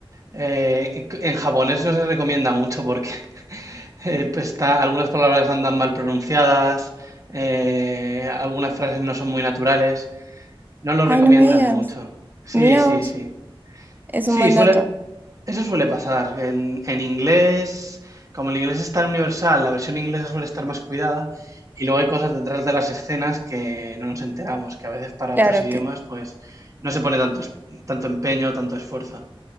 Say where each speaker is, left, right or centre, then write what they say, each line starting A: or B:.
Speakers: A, on the right (about 35°); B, on the right (about 20°).
A: eh, en japonés no se recomienda mucho porque Eh, pues está, algunas palabras andan mal pronunciadas, eh, algunas frases no son muy naturales. No lo
B: Ay,
A: recomiendan
B: no me digas,
A: mucho. Sí,
B: mira
A: sí,
B: vos,
A: sí.
B: es
A: Sí,
B: un buen
A: suele,
B: dato.
A: eso suele pasar. En, en inglés, como el inglés es tan universal, la versión inglesa suele estar más cuidada y luego hay cosas detrás de las escenas que no nos enteramos, que a veces para
B: Claro,
A: otros idiomas
B: que
A: pues no se pone tanto, es- tanto empeño, tanto esfuerzo.